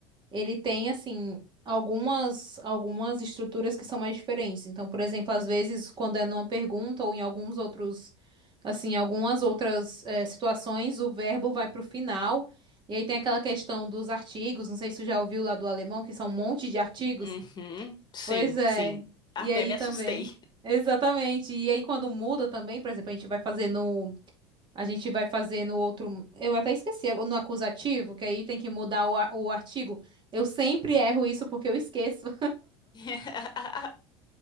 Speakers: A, on the right; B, on the left.
A: ele tem assim algumas algumas estruturas que são mais diferentes. Então, por exemplo, às vezes quando é numa pergunta ou em alguns outros assim, algumas outras eh, situações, o verbo vai para o final. E aí tem aquela questão dos artigos, não sei se tu já ouviu lá do alemão, que são um monte de artigos.
B: Uhum, sim,
A: Pois é.
B: sim. Até
A: E aí
B: me
A: também.
B: assustei.
A: Exatamente. E aí quando muda também, por exemplo, a gente vai fazer no a gente vai fazer no outro. Eu até esqueci, é no acusativo, que aí tem que mudar o, a- o artigo. Eu sempre erro isso porque eu esqueço.
B: <laughs>